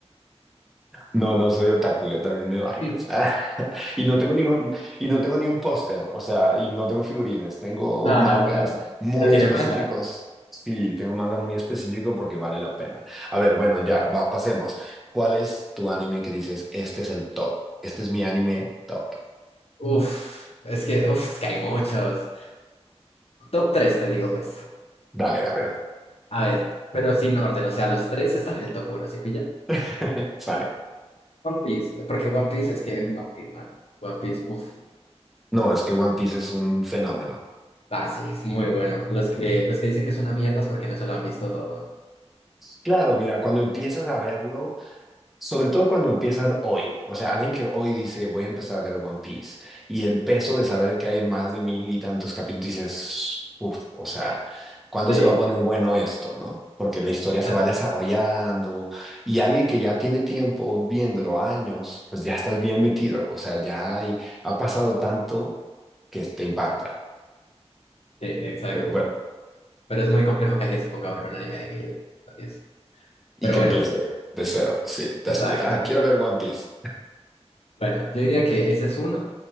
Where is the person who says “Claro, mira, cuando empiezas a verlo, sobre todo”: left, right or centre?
Centre